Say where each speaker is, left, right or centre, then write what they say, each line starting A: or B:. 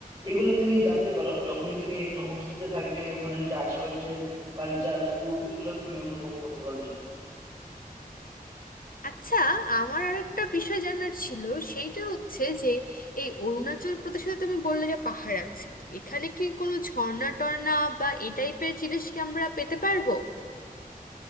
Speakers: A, on the right (about 15°); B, on the left (about 70°).
A: এগুলো তুমি জানতে পারো যখনই তুমি একটা হোমস্টেতে থাকবে ওখানে যে আশেপাশের কালচার ফুড ওইগুলো তুমি অনুভব করতে পারবে
B: আচ্ছা আমার আরেকটা বিষয় জানার ছিল সেইটা হচ্ছে যে এই অরুণাচল প্রদেশে তো তুমি বললে যে পাহাড় আছে তো এখানে কি কোনো ঝর্ণা টর্ণা বা এই টাইপের জিনিস কি আমরা পেতে পারবো